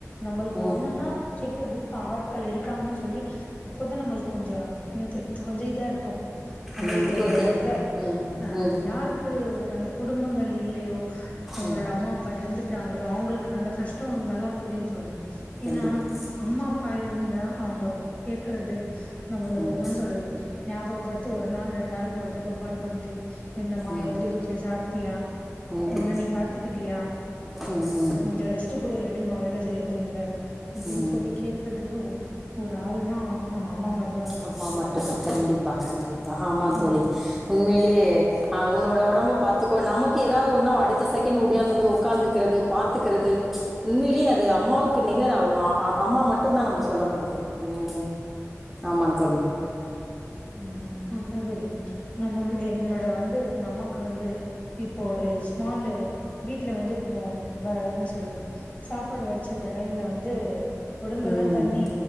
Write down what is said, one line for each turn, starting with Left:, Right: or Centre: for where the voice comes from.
Left: நம்பளுக்கு
Centre: ம்,
Left: ஒன்னுன் னா கேக்குறதுக்கு ஆட்கள் இருக்காங்கன் சொல்லி அப்போதா நம்மளுக்கு கொஞ்ச இன்னு திருப்த் கொஞ்ச இதா இருக்கு நம்பளுக்கு
Centre: ம்.
Left: ஒரு
Centre: ஒருத
Left: இதா இருக்கு
Centre: ம்,
Left: அ
Centre: ம்,
Left: யாருக்கு கு அந்த குடும்பங்கள் இல்லையோ அவ்ங்களோட
Centre: ம்.
Left: அம்மா அப்பா எறந்துட்டாங்களோ அவ்ங்களுக் அந்த கஷ்டோ நல்லா புரியு தோழி
Centre: கண்டிப்பா.
Left: ஏனா அம்மா அப்பா இருந்தா அவ்ங்க கேக்குறது நம்மள
Centre: ம்,
Left: என்னன் சொல்றது ஞாபகப்படுத்தி ஒரு நாள் ரெண்ட் நாளுக்கொரு தரவ கால் பண்ட்டு என்னம்மா
Centre: ம்,
Left: எப்டி இருக்கியி சாப்ட்டியா
Centre: ம்,
Left: ஒன்ன நீ பாத்துக்கிட்டியா
Centre: ம் ம்
Left: கொஞ்ச ரெஸ்ட்டுக் கூட எடுமா வேல செய்ற டைம்ல அப்டின்
Centre: ம்.
Left: சொல்லி கேக் க்குறதுக்கு ஒ ஒரு ஆளுனா நம்ம அம்மா மட்
Centre: அம்மா மட்டுந்தா கண்டிப்பா கண்டிப்பா ஆமா
Left: ம்
Centre: தோழி உண்மைலயே ஆ உன்னோட ஒடம்ப பாத்துக்கோ நமக்கு எதாவ்து ஒன்னா அடுத்த செகண்ட் உடியாந்து வந்து ஒக்காந்துக்கிறது பாத்துக்கிறது உண்மைலே அது அம்மாவுக்கு நிகர் அவ்ங்க அம்மா மட்டுந்தா நம்ம சொல்ல முடியு ம் ஆமா தோழி
Left: ம் அதா தோழி நம்ம வந் என்னோட வந்து எங்க அம்மாக்கு வந்து இப்போ ஒரு ஸ்மால்லு வீட்ல வந்து இப்ப வ வ என்ன சொல்றது சாப்பாடு வடிச்சிருக்க டைம்ல வந்து ஒடம்பெல்லா
Centre: ம்
Left: தண்ணி